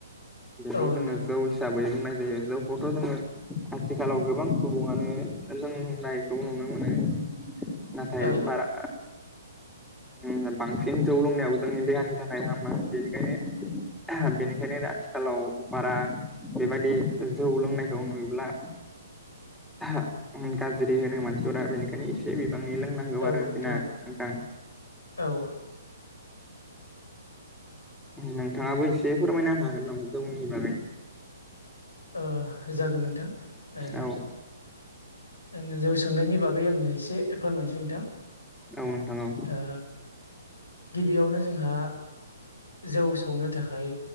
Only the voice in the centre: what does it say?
बेखौ
जोङो
जौ हिसाबै बुंनाय जायो जौखौथ' जोङो। आथिखालाव गोबां सुबुङानो लोंनायखौ नुनो मोनो। नाथाय
बारा ओम बांसिन जौ लोंनायाव जोंनि देहानि थाखाय हामा बेनिखायनो बेनिखायनो आथिखालाव बारा बेबायदि जौ लोंनायखौ नुयोब्ला। <unintelligible> गाज्रि होनो मानसिफोरा बेनिखायनो एसे बे बिबांनि लोंनांगौ
आरोखि
ना नोंथां।
नोंथाङाबो एसे फोरमायना होनो हागोन नामा जौनि बागै
औ
औ नोंथां औ